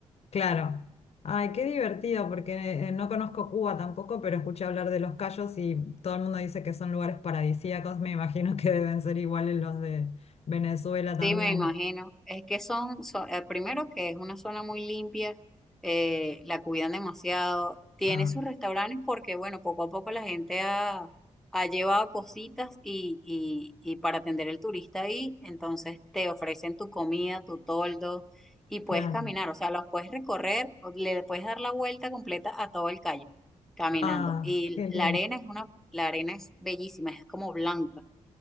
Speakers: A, on the left; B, in the centre.
A: claro. Ay, qué divertido, porque eh, no conozco Cuba tampoco, pero escuché hablar de los callos y todo el mundo dice que son lugares paradisíacos, me imagino que deben ser iguales los de Venezuela también.
B: Sí, me imagino. Es que son, son- eh, primero que es una zona muy limpia, eh, la cuidan demasiado. Tiene
A: Ah,
B: sus restaurantes porque, bueno, poco a poco la gente ha, ha llevado cositas y, y, y para atender al turista ahí, entonces te ofrecen tu comida, tu toldo y puedes
A: claro.
B: caminar, o sea, los puedes recorrer, o le puedes dar la vuelta completa a todo el calle caminando.
A: Ah,
B: Y
A: qué lindo.
B: la arena es una, la arena es bellísima, es como blanca